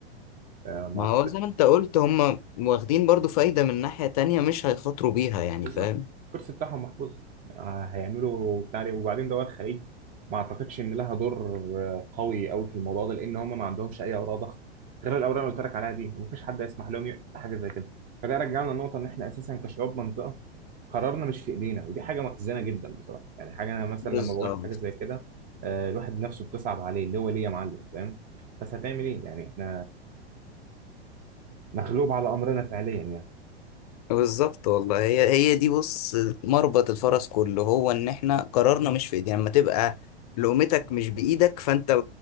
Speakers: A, on the right; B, on the left.
A: آه، ما
B: ما
A: اعتقدش
B: هو زي ما أنت قلت هم واخدين برضو فايدة من ناحية تانية مش هيخاطروا بيها يعني
A: بالظبط
B: فاهم؟
A: الكرسي بتاعهم محفوظ آه، هيعملوا بتاع ليه وبعدين دول الخليج ما اعتقدش ان لها دور آه، قوي قوي في الموضوع ده لان هم ما عندهمش اي اوراق ضغط غير الاوراق اللي قلت لك عليها دي ومفيش حد يسمح لهم يعمل حاجه زي كده فده رجعنا للنقطه ان احنا اساسا كشعوب منطقه قرارنا مش في ايدينا ودي حاجه محزنه جدا بصراحه يعني حاجه انا مثلا
B: بالظبط
A: لما بقول حاجه زي كده آه، الواحد نفسه بتصعب عليه اللي هو ليه يا معلم فاهم بس هتعمل ايه يعني احنا مغلوب على امرنا فعليا يعني
B: بالظبط والله هي هي دي بص مربط الفرس كله هو إن إحنا قرارنا مش في إيدينا لما تبقى لقمتك مش بإيدك فأنت